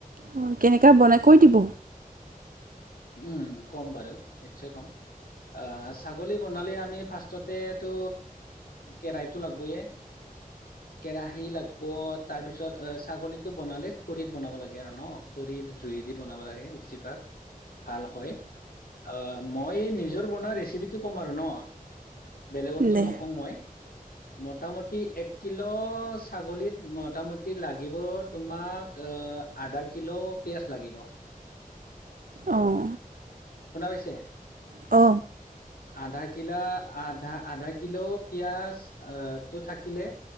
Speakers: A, on the right; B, on the left.
A: অ, কেনেকা বনাই কৈ
B: বনাব-
A: দিব।
B: উম কম বাৰু নিশ্চয় কম। আঁহ ছাগলী বনালে আমি ফাৰ্ষ্টতেতো কেৰাইতটো লাগবয়ে। কেৰাহী লাগব তাৰ পিছত ছাগলীটো বনালে খৰিত বনাব লাগে আৰু ন? খৰি জুইে দি বনাব লাগে বেছিভাগ। ভাল হয়, আহ মই নিজৰ বনোৱা ৰেচিপিটো ক'ম আৰু ন? বেলেগৰটো
A: দে
B: নকম মই। মোটামুটি এক কিলো ছাগলীত মোটামুটি লাগিব তোমাক আহ আধা কিলো পিয়াঁজ লাগিব।
A: অঁ
B: শুনা পাইছে?
A: অ
B: আধা কিলা আধা আধা কিলো পিঁয়াজ আহ টো থাকিলে